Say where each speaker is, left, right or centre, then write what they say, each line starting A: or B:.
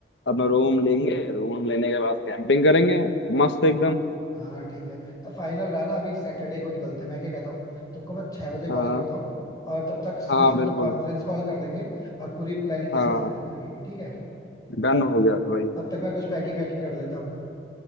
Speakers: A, on the left; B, on the left.
A: अपना रूम लेंगे रूम लेने के बाद कैंपिंग करेंगे मस्त एकदम
B: हाँ ठीक है तो फाइनल रहा ना अभी सैटरडे को निकलते हैं मैं क्या कहता हूँ तुमको मैं छह बजे कॉल
A: हाँ
B: करता हूँ और तब तक
A: हाँ
B: फिर सबको
A: बिल्कुल
B: कॉन्फ्रेंस कॉल कर लेंगे और पूरी प्लानिंग डिस्कस
A: हाँ
B: कर लेंगे आगे की ठीक है
A: डन हो गया भाई
B: तब तक मैं कुछ पैकिंग वैकिंग कर लेता हूँ